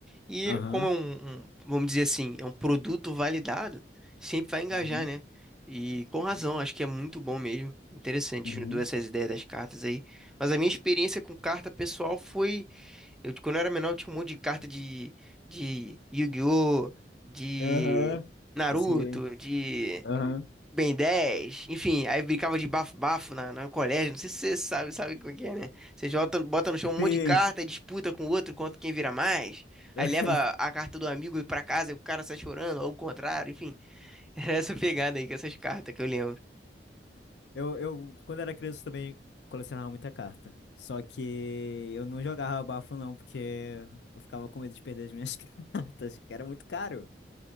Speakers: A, in the centre; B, on the left (about 75°).
A: E
B: aham.
A: como é um, um- vamos dizer assim, é um produto validado, sempre vai engajar,
B: Uhum,
A: né? E com
B: uhum,
A: razão, acho que é muito bom mesmo. Interessante,
B: uhum.
A: juntou essas ideias das cartas aí. Mas a minha experiência com carta pessoal foi. Eu, quando eu era menor, eu tinha um monte de carta de, de Yu-Gi-Oh!, de
B: Aham,
A: Naruto,
B: sim.
A: de.
B: Aham.
A: Ben dez enfim, aí brincava de bafo-bafo na, na- no colégio, não sei se você sabe, sabe como é que é, né? Você jota, bota no chão um
B: Sim.
A: monte de carta, disputa com o outro quanto quem vira mais, aí
B: <laughs>
A: leva a carta do amigo pra casa e o cara sai chorando, ou o contrário, enfim. <laughs> Era essa pegada aí com essas cartas que eu lembro.
B: Eu, eu, quando era criança, também colecionava muita carta. Só que eu não jogava bafo, não, porque eu ficava com medo de perder as minhas <laughs> cartas, que era muito caro.